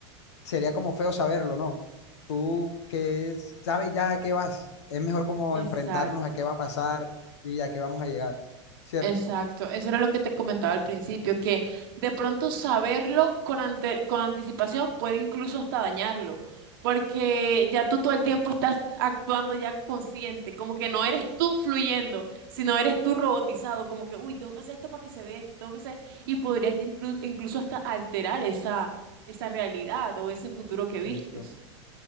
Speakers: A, on the left; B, on the right.
A: sería como feo saberlo, ¿no? Tú que es- sabes ya a qué vas, es mejor como
B: Exacto.
A: enfrentarnos a qué va a pasar y a qué vamos a llegar, ¿cierto?
B: Exacto, eso era lo que te comentaba al principio, que de pronto saberlo con, ante- con anticipación puede incluso hasta dañarlo, porque ya tú todo el tiempo estás actuando ya consciente, como que no eres tú fluyendo, sino eres tú robotizado, como que, uy, tengo que hacer esto para que se dé esto, tengo que hacer, y podrías inclu- incluso hasta alterar esa, esa realidad o ese futuro que vistes.
A: Listo.